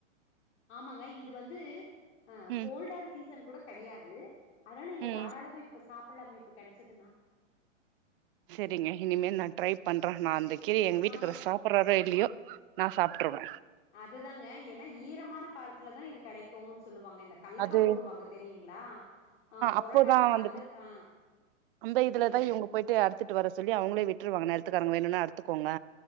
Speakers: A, on the left (about 60°); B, on the right (about 45°).
A: ஆமாங்க இது வந்து ஆ
B: ம்
A: கோல்டான சீசன் கூட கடையாது அதனால இங்க
B: ம்
A: தாராளமா இப்ப சாப்பில்லாமே இப்ப கெடச்சதுனா
B: சரிங்க இனிமே நா ட்ரை பண்றே நா அந்த கீரய எங்க வீட்டுக்காற
A: ஆ
B: சாப் ப்புறாறோ இல்லயோ நா சாப்ட்ருவே
A: அது தாங்க எனா ஈரமான காலத்துல தா இது கடக்குன்னு சொல்லுவாங்க இந்த கல்லக்கா
B: அது
A: போடுவாங்க தெரியுங்ளா ஆ பொரட்டா
B: அப்போதான் வந்துட்டு
A: அந்த ஆ
B: அந்த இதுலதா
A: சொல்லுங்க
B: இவுங்க போய்ட்டு அறுத்துட்டு வர சொல்லி அவுங்களே விட்டுருவாங்க நெல்த்துக்காரங்க வேணுன்னா அறுத்துக்கோங்க